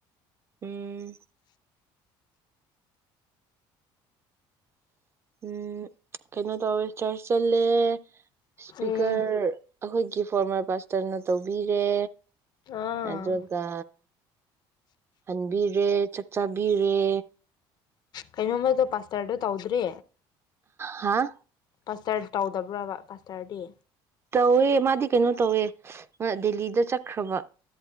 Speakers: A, on the right (about 25°); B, on the left (about 45°).
A: ꯎꯝ ꯎꯝ ꯀꯩꯅꯣ ꯇꯧꯋꯦ ꯆꯔꯆ ꯆꯠꯂꯦ ꯏꯁꯄꯤꯀꯔ
B: ꯎꯝ
A: ꯑꯩꯈꯣꯏꯒꯤ ꯐꯣꯔꯃꯔ ꯄꯥꯁꯇꯔꯅ ꯇꯧꯕꯤꯔꯦ
B: ꯑꯥ
A: ꯑꯗꯨꯒ ꯍꯟꯕꯤꯔꯦ ꯆꯥꯛ ꯆꯥꯕꯤꯔꯦ
B: ꯀꯩꯅꯣꯝꯃꯗꯣ ꯄꯥꯁꯇꯔꯗꯣ ꯇꯧꯗ꯭ꯔꯤ
A: ꯍꯥꯥ
B: ꯄꯥꯁꯇꯔ ꯇꯧꯗꯕ꯭ꯔꯥꯕ ꯄꯥꯁꯇꯔꯗꯤ
A: ꯇꯧꯋꯦ ꯃꯥꯗꯤ ꯀꯩꯅꯣ ꯇꯧꯋꯦ ꯗꯦꯜꯂꯤꯗ ꯆꯠꯈ꯭ꯔꯕ